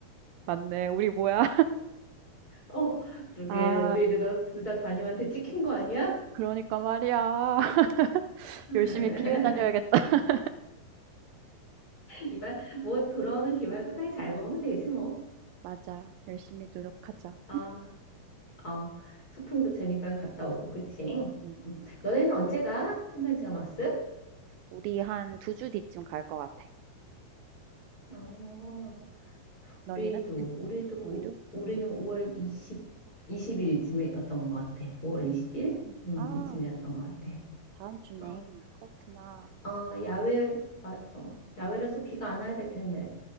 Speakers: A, on the right (about 80°); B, on the left (about 25°).
A: 맞네. 우리 뭐야?
B: <laughs> 어, 그러게.
A: 아,
B: 우리 이러다 둘 다 담임한테 찍힌 거 아니야?
A: 그러니까 말이야. <laughs>
B: <laughs>
A: 열심히 피해 다녀야겠다. <laughs>
B: 기말 뭐 돌아오는 기말고사에 잘 보면 되지 뭐.
A: 맞아. 열심히 노력하자.
B: 아, 어, 소풍도 재밌게 갔다 오고 그치?
A: 음, 음.
B: 음. 너네는 언제 가? 현장 체험학습?
A: 우리 한 두 주 뒤쯤 갈 것 같아.
B: 어,
A: 너희는?
B: 우리도
A: 응.
B: 우리도
A: 너희도?
B: 우리는
A: 응.
B: 5월 20 20일쯤이었던 것 같아. 5월
A: 음.
B: 20일? 음,
A: 아,
B: 이쯤이었던 것 같아.
A: 다음 주네.
B: 어,
A: 그렇구나.
B: 어, 야외 맞아. 야외라서 비가 안 와야 될 텐데.